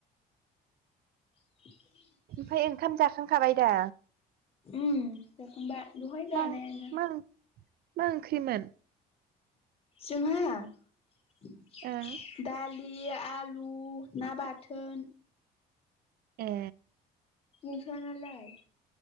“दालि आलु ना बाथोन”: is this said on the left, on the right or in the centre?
Left